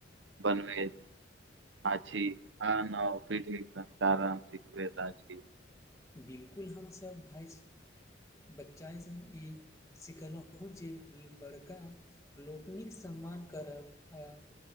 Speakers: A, on the right; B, on the left.
A: बनबे आछी आ न पीत संस्कारण शिखता छी <unintelligible>
B: बिलकुल हमसभ भाइसँ बच्चासँ ई सिखलहुँ जे बड़का लोकनिक सम सम्मान करब आ